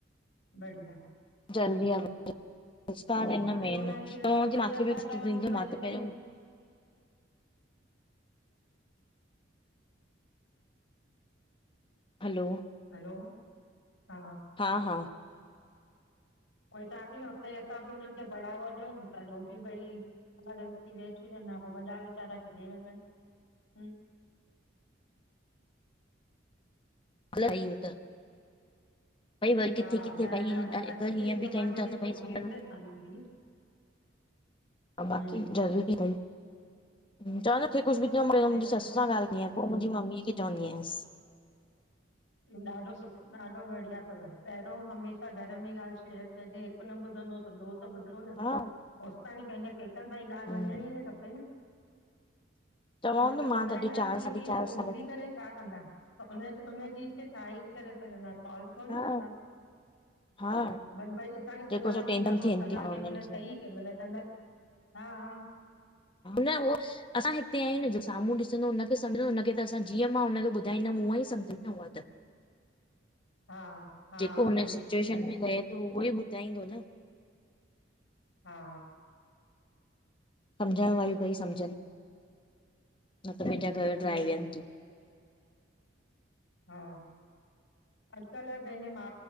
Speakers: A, on the left (about 75°); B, on the left (about 25°).
A: बढ़िया।
B: जरूरी आहे, होशियार इन
A: ऐं हुते
B: न मेन
A: हुननि खे
B: तहांजी
A: हुते
B: माखे
A: असां
B: बि <unintelligible>
A: चवनि
B: ॾिदो
A: की भई
B: मां
A: असांजी
B: त पहिरियों हलो
A: हलो हा
B: हा <inaudible>
A: उहो ई चवां ती न उते असां बि हुननि खे बढ़ावो ॾियंउं त जो कि भई अलॻि अलॻि थी वेठियुं हुजनि हां पो वॾा वेचारा किॾे वंञंनि हुं
B: गलत आ इह्यो त। भई वरी
A: हा
B: किथे किथे
A: न
B: भई
A: न असां
B: अगर
A: अॼु जे
B: हीअं
A: ई ज़माने
B: बि कयुं ता
A: जी
B: त
A: छोकिरियूं
B: भई सहुरा
A: आहिनि न असांजूं बि
B: हा बाकी
A: हम्म
B: जरूरी थई, चवां न खे कुछु बि थियो पहिरिया
A: उहोई
B: मुंहिंजी
A: चवां
B: ससु
A: थी
B: सां
A: न
B: ॻाल्हि कीयं पो मुंजी मम्मीअ खे चवंदी आहियांसि
A: इह्यो ॾाढो सुठो ॾाढो बढ़िया तव पहिरियों हमेशा घर में ॻाल्हि शेयर कजे हिकु न ॿुधंदो त ॿियो त ॿुधंदो न
B: हा
A: होस तांणी पंहिंजे पेकनि ताईं ॻाल्हि
B: हम्म,
A: वंञिंणी ई न खपे न
B: चवांव
A: उन्हनि
B: न
A: खे
B: मां
A: ॿुधाईंदासीं
B: त अॼु चार साढी
A: बि
B: चार
A: त हो
B: साल
A: ॿुधी
B: थी
A: करे छा कंदा? उन्ह उन्ह चीज खे छा ई करे सघंदा सोल्व थोड़ी
B: हा
A: कंदा
B: हा,
A: भल भई असांखे
B: जेको
A: सलाह
B: सो
A: ॾींदा
B: टेंशन
A: पो
B: थियनि
A: सलाह
B: थी हुननि
A: कंहिंमल
B: खे
A: सही कंहिंमल गलति हा हा।
B: न उहो असां हिते आहिंयूं न जो साम्हूं ॾिसंदो उनखे समझंदो उनखे त असां जीअं मां हुनखे ॿुधाईंदमि उअं ई सम्झंदी उहा त।
A: हा हा
B: जेको
A: सही
B: हुन सिचुएशन
A: सही आहे
B: में
A: न
B: रहे तो उहोई ॿुधाईंदो न
A: हा।
B: सम्झण वारियूं भई सम्झनि न त पंहिंजा घर
A: सही
B: ड्राए
A: आहे
B: वेहनि
A: न
B: तियूं।
A: हा अॼुकल्ह पंहिंजे मा